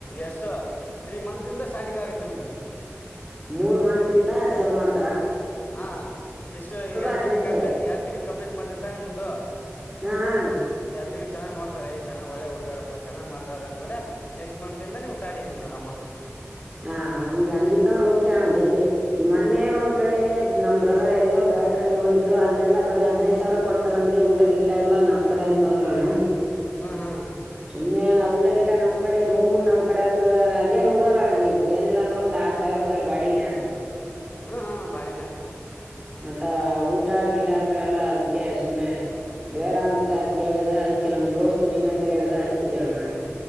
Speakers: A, on the left (about 35°); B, on the right (about 15°).
A: ಎಷ್ಟು ತ್ರೀ ಮಂನತಿಂದ ಸ್ಟಾರ್ಟಿಂಗ್ ಆಗುತ್ತೆ ನಿಮ್ದು
B: ಮೂರ್ ಮಂತಂತಿದ ಚಲ ಮಾಡ್ತವಿ
A: ಹಾ ಎಷ್ಟು ಎರಡ್
B: ಹದಿನೆಂಟೆ
A: ತಿಂಗಗಳು ಕಂಪ್ಲೀಟ್ ಎರಡ್ ತಿಂಗ ಕಂಪ್ಲೀಟ್ ಮಾಡ್ದಿತಾನೆ ನಿಮ್ದು
B: <unintelligible>
A: ತಿ ಚೆನ್ನ್ ನೋತಾರೆ ಚೆನ್ನಾಗಿ ಒಳ್ಳೆ ಹುಡುಗಾರಪ್ಪಾ ಚೆನ್ನಾಗಿ ಮಾಡ್ತಾರೆ ಅಂದ್ಮೇಲೆ ನೆಕ್ಸ್ಟ್ ಮಂತದಿಂದ ನೀವು ಸ್ಟಾರ್ಟಿಂಗ್ ಅಮೌಂಟ್
B: ಹಾ ಅಂದ
A: ಸ್ಯಾಲ್ರಿ
B: ಹಂಗಿತ್ತ ಅಂದ್ರೆ ಓಕೆ ಅಣ ಜಲ್ಲಿ ಈ ಮೊನ್ನೆ ಒಂದ್ ಕಡೆ ನಮ್ಮ ಬ್ರದರ ಎಲ್ಲೂ ಬೇರೆ ಕಡೆ ನೋಡಿದ್ರು ಅಲ್ಲೆಲ್ಲ ಬರೀ ಹದನೈದು ದ ಸಾವಿರ ಕೊತಾರಂತೆ ಊಟ ಗೀಟ ಎಲ್ಲ ನಮ್ ಕಡೆ ಅಂತ ತೊಂದರಣೇ
A: ಹ್ಮ್ ಹ್ಮ್
B: ಸುಮ್ಮನೆ ನಾ ಊಟ ಗಿಟ ನಮ್ಮ್ ಕಡೆ ರೂಮು ನಮ್ಮ ಕಡೆ ಅಂದ್ರ ಅಲ್ಲೇನು ಉಲೇಳಣ ಈಗ ಗ ಏನಿಲ್ಲ ಅಂದ್ರೆ ಒಂದ ಆರ್ ಸಾವಿರ ಬರ ಬಾಡಿಗೆನೆ ಅ
A: ಹ್ಮ್ ಹ್ಮ ಬಾಡಗಿನ ಆಗತ್ತ ಆಗತಾ
B: ಮತ್ತ ಊಟ ಗೀಟ ಅಂದ್ರೆ ಎಲ್ಲಾ ಅದಕ್ಕೆ ಸುಮ್ನೆ ಬೇಡ ಅಂತ ಕೇಳಿದೆ ಅದಕ್ಕೆ ನಮ್ ದೋಸ್ತ್ ನಿಮ್ಮ ಹೆಸ್ರ ಹೇಳಿದೆ ಹಚ್ಚಿದ್ದೇ ನಾನೇ